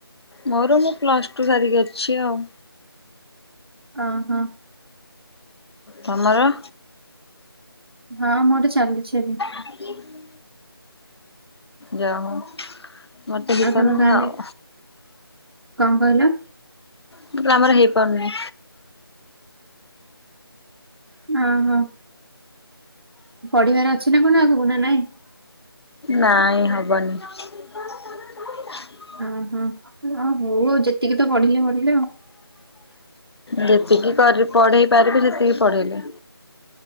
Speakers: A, on the left; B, on the right.
A: ମୋର ମୁଁ ପ୍ଲସ ଟୁ ସାରିକି ଅଛି ଆଉ।
B: ଅ ହଁ।
A: ତମର?
B: ହଁ ମୋର ଚାଲିଛି ଏବେ।
A: <inaudible> ଯା ହଉ। ମୋର ତ ହେଇପାରୁନି
B: ଆଉ ତମ ଗାଁରେ
A: ଆଉ
B: କଣ କହିଲ?
A: ମୁଁ କହିଲି ଆମର ହେଇପାରୁନି।
B: ଓହୋ, ପଢିବାର ଅଛି ନା କଣ ଆଗକୁ ନା ନାଇଁ?
A: ନାଇଁ ହବନି। <inaudible>
B: ଓହୋ ହଁ ହଉ ଯେତିକି ତ ପଢ଼ିଲି-ପଢ଼ିଲି ଆଉ।
A: ଯେତିକି କରି ପଢେଇ ପାରିବି ସେତିକି ପଢେଇଲେ।